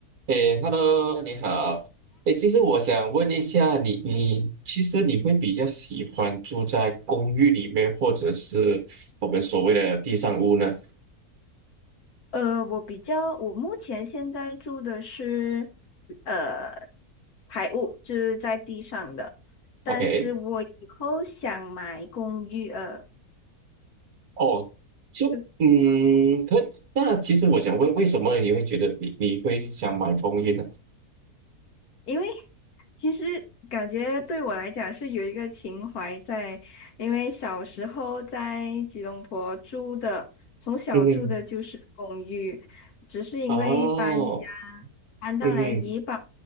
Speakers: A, on the right; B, on the left.
A: 诶，Hello，你好。诶，其实我想问一下你，你其实你会比较喜欢住在公寓里面，或者是我们所谓的地上屋呢
B: 呃，我比较，我目前现在住的是，呃，排屋，就是在地上的，但是我以后想买公寓，
A: ？OK，
B: 呃，
A: 哦，就嗯，
B: 对。
A: 可以。那其实我想问，为什么你会觉得你你会想买公寓呢？
B: 因为其实感觉对我来讲是有一个情怀在，因为小时候在吉隆坡住的，从小住的就是公寓，
A: 嗯哼，
B: 只是因为搬家
A: 哦，
B: 搬到来怡保，
A: 嗯哼，